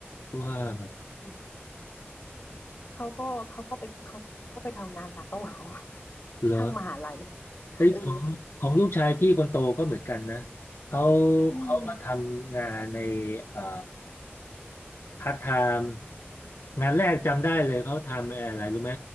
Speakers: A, on the left; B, on the left.
A: ว้าว
B: อืมเขาก็เขาก็ไปเขาก็ไปทำงานกาโต้เฮาส์
A: เหรอ
B: ข้างมหาลัย
A: เอ้ยของของลูกชายพี่คนโตก็เหมือนกันนะ
B: เออ
A: เขา
B: อืม
A: เขามาทำงานในเอ่อพาร์ทไทม์งานแรกจำได้เลยเขาทำเอออะไรรู้ไหม